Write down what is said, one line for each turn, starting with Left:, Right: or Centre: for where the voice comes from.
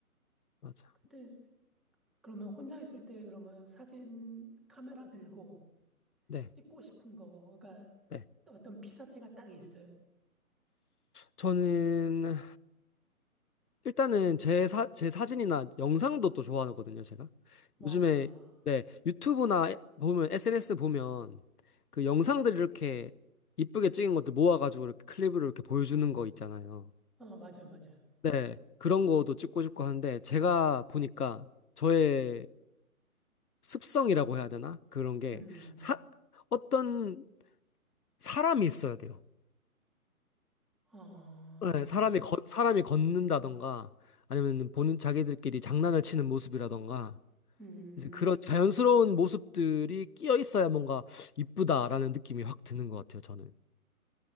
Left: 맞아.
Centre: 근데 그러면 혼자 있을 때 그러면 사진 카메라 들고
Left: 네,
Centre: 찍고 싶은 거가
Left: 네.
Centre: 어떤 피사체가 딱 있어요.
Left: 저는 일단은 제 사, 제 사진이나 영상도 또 좋아하거든요, 제가.
Centre: 와.
Left: 요즘에, 네, 유튜브나 에- 보면, SNS 보면 그 영상들 이렇게 이쁘게 찍은 것들 모아가지고 이렇게 클립으로 이렇게 보여주는 거 있잖아요.
Centre: 어, 맞아요, 맞아요.
Left: 네, 그런 거도 찍고 싶고 하는데 제가 보니까 저의 습성이라고 해야 되나? 그런 게
Centre: 음. 음,
Left: 사, 어떤 사람이 있어야 돼요.
Centre: 음. 어.
Left: 네, 사람이 걷- 사람이 걷는다던가 아니면 본인 자기들끼리 장난을 치는 모습이라던가
Centre: 음.
Left: 이제 그런 자연스러운 모습들이 끼어 있어야 뭔가 이쁘다라는 느낌이 확 드는 것 같아요, 저는.